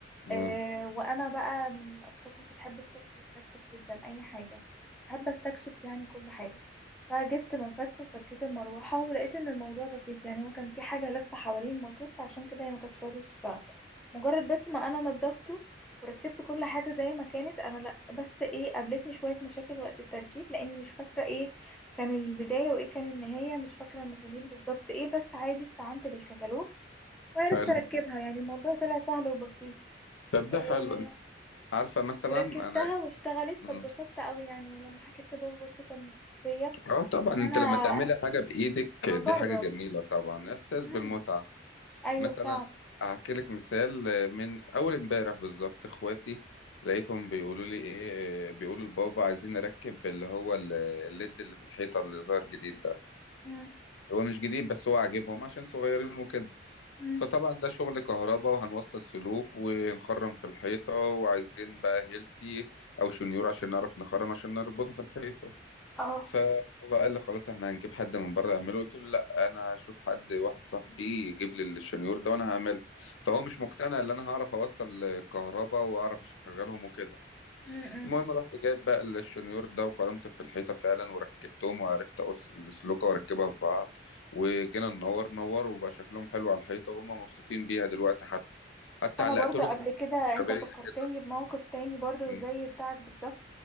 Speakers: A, on the left; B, in the centre.
A: امم
B: آه، وانا بقى من الاشخاص اللي بتحب تفك وتركب جدا اي حاجه بحب استكشف يعني كل حاجه فجبت مفك وفكيت المروحه ولقيت ان الموضوع بسيط يعني هو كان في حاجه لفه حوالين الموتور فعشان كده هي ما كانتش راضيه تشتغل مجرد بس ما انا نضفته وركبت كل حاجه زي ما كانت انا لا بس ايه قابلتني شويه مشاكل وقت التركيب لاني مش فاكره ايه كان البدايه وايه كان النهايه مش فاكره المسامير بالظبط ايه بس عادي استعنت بالكتالوج وعرفت
A: حلو
B: اركبها يعني الموضوع طلع سهل وبسيط
A: طب ده
B: آه،
A: حلو عارفه مثلا
B: وركبتها
A: انا
B: واشتغلت
A: مم.
B: فاتبسطت قوي يعني ولما حكيت لبابا برضو كان مبسوط بيا
A: اه طبعا
B: ان
A: انت
B: انا
A: لما تعملي حاجه بايدك
B: بجرب
A: دي حاجه جميله طبعا احساس
B: امم
A: بالمتعه
B: ايوه
A: مثلا
B: فعلا
A: احكي لك مثال من اول امبارح بالظبط اخواتي لقيتهم بيقولوا لي ايه بيقولوا لبابا عايزين نركب اللي هو ال- الليد اللي في الحيطه اللي ظهر جديد ده
B: امم
A: هو مش جديد بس هو عاجبهم عشان صغيرين وكده
B: امم
A: فطبعا ده شغل كهرباء وهنوصل سلوك ونخرم في الحيطة وعايزين بقى هيلتي أو شنيور عشان نعرف نخرم عشان نربطه في الحيطة
B: اه
A: فبابا قال لي خلاص احنا هنجيب حد من بره يعمله قلت له لا أنا هشوف حد واحد صاحبي يجيب لي الشنيور ده وأنا هعمله فهو مش مقتنع إن أنا هعرف أوصل كهرباء وأعرف أشغلهم وكده
B: امم
A: المهم رحت جايب بقى الشنيور ده وخرمت في الحيطة فعلا وركبتهم وعرفت أقص السلوكة وأركبها في بعض وجينا ننور نور وبقى شكلهم حلو على الحيطة وهم مبسوطين بيها دلوقتي حتى حتى
B: انا
A: علقت
B: برضو
A: لهم
B: قبل كده
A: شبابية
B: انت فكرتني
A: كده
B: بموقف تاني برضو
A: مم.
B: زي بتاعك بالظبط